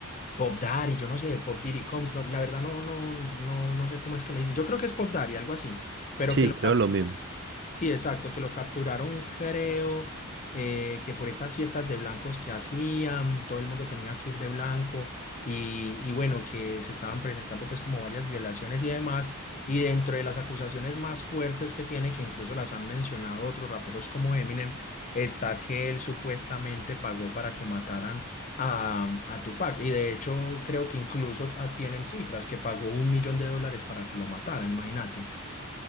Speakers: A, on the left; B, on the right.
A: Pop Daddy, yo no sé, Pop Diddy Combs, no, la verdad no, no, no, no sé cómo es que le dicen, yo creo que es Pop Daddy, algo así, pero
B: Sí,
A: que lo
B: creo
A: capturaron
B: lo mismo.
A: Sí, exacto, que lo capturaron, creo, eh, que por estas fiestas de blancos que hacían, todo el mundo tenía que ir de blanco y, y bueno, que se estaban presentando pues como varias violaciones y demás. Y dentro de las acusaciones más fuertes que tiene, que incluso las han mencionado otros raperos como Eminem, está que él supuestamente pagó para que mataran a, a Tupac. Y de hecho creo que incluso ah, tienen cifras que pagó un millón de dólares para que lo mataran, imagínate.